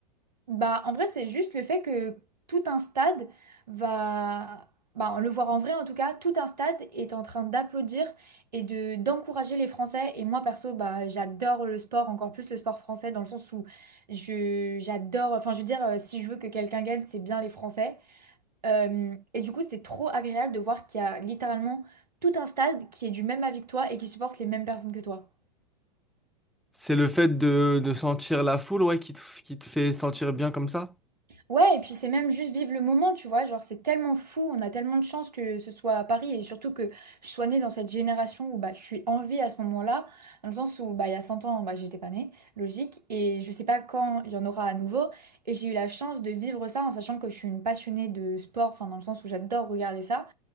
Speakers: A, on the right; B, in the centre.
A: Bah, en vrai, c'est juste le fait que tout un stade va, bah, le voir en vrai en tout cas, tout un stade est en train d'applaudir et de d'encourager les Français. Et moi, perso, bah, j'adore le sport, encore plus le sport français, dans le sens où je j'adore. Enfin, je veux dire, euh, si je veux que quelqu'un gagne, c'est bien les Français. Euh, et du coup, c'est trop agréable de voir qu'il y a littéralement tout un stade qui est du même avis que toi et qui supporte les mêmes personnes que toi.
B: C'est le fait de, de sentir la foule, ouais, qui te, qui te fait sentir bien comme ça?
A: Ouais, et puis c'est même juste vivre le moment, tu vois, genre c'est tellement fou, on a tellement de chance que ce soit à Paris et surtout que je sois née dans cette génération où bah, je suis en vie à ce moment-là, dans le sens où bah, il y a 100 ans, bah, j'étais pas née, logique, et je sais pas quand il y en aura à nouveau, et j'ai eu la chance de vivre ça en sachant que je suis une passionnée de sport, enfin dans le sens où j'adore regarder ça,